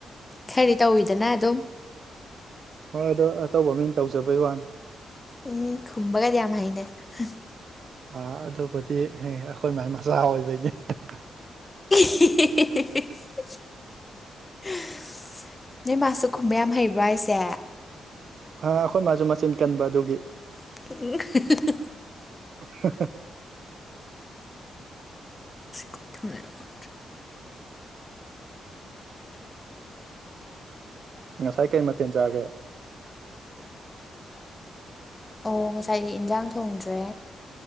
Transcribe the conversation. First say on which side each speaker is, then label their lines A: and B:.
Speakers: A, on the left; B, on the right.
A: ꯈꯔꯥꯗꯤ ꯇꯧꯋꯤꯗꯅ ꯗꯨꯝ
B: ꯍꯣꯏ ꯑꯗꯣ ꯑꯇꯧꯕ ꯃꯤꯅ ꯇꯧꯖꯕꯩ ꯋꯥꯅꯤ
A: ꯎꯝ ꯈꯨꯝꯕꯒꯗꯤ ꯌꯥꯝ ꯍꯩꯅꯦ <unintelligible>
B: ꯍꯥ ꯑꯗꯨꯕꯨꯗꯤ ꯍꯦ ꯑꯈꯣꯏ ꯃꯥꯏ ꯃꯆꯥ ꯑꯣꯏꯕꯩꯅꯦ <unintelligible>
A: <unintelligible> <unintelligible> ꯅꯣꯏ ꯃꯥꯁꯨ ꯈꯨꯝꯕ ꯌꯥꯝ ꯍꯩꯕ꯭ꯔꯣ ꯍꯥꯏꯁꯦ?
B: ꯍꯥ ꯑꯩꯈꯣꯏ ꯃꯥꯁꯨ ꯃꯆꯤꯟ ꯀꯟꯕ ꯑꯗꯨꯒꯤ
A: <unintelligible>
B: ꯍꯥ ꯍꯥ
A: <unintelligible>
B: ꯉꯁꯥꯏ ꯀꯩ ꯃꯊꯦꯟ ꯆꯥꯒꯦ?
A: ꯑꯣ ꯉꯁꯥꯏꯗꯤ ꯏꯟꯖꯥꯡ ꯊꯣꯡꯗ꯭ꯔꯦ